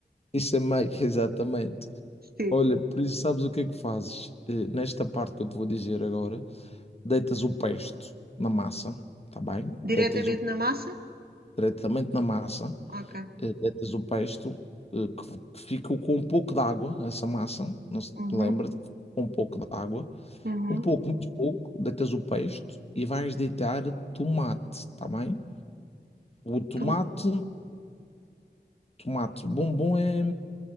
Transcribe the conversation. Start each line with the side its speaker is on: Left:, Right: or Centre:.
Left: Isso é meio, <laughs> exatamente.
Right: <laughs> Sim.
Left: Olha, por isso sabes o que é que fazes? Eh, nesta parte que eu te vou dizer agora, deitas o pesto na massa, tá bem?
Right: Diretamente
Left: Deitas o pesto
Right: na massa?
Left: diretamente na massa,
Right: Ok.
Left: eh, deitas o pesto eh, que, que fica com um pouco de água, essa massa, não se
Right: Uhum,
Left: te lembra? Com um pouco de água,
Right: uhum.
Left: um pouco, muito pouco, deitas o pesto e vais deitar tomate, tá bem? O tomate,
Right: Tu-
Left: tomate bombom é